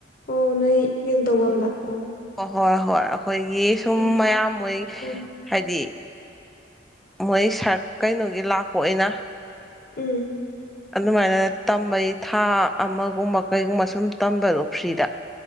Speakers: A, on the left (about 50°); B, in the centre.
A: ꯑꯣ ꯅꯣꯏ ꯀꯩꯅꯣ ꯇꯧꯕꯝꯗ ꯑꯣ
B: ꯑꯣ ꯍꯣꯏ ꯍꯣꯏ ꯑꯩꯈꯣꯏꯒꯤ ꯁꯨꯝ
A: ꯎꯝ
B: ꯃꯌꯥꯝ ꯃꯣꯏ
A: ꯎꯝ
B: ꯍꯥꯏꯗꯤ ꯃꯣꯏꯔ ꯁꯥꯔ ꯀꯩꯅꯣꯒꯤ ꯂꯥꯛꯄ ꯑꯣꯏꯅ
A: ꯎꯝ
B: ꯑꯗꯨꯃꯥꯏꯅ ꯇꯝꯕꯩ ꯊꯥ ꯑꯃꯒꯨꯝꯕ ꯀꯩꯒꯨꯝꯕ ꯁꯨꯝ ꯇꯝꯕꯗꯣ ꯐ꯭ꯔꯤꯗ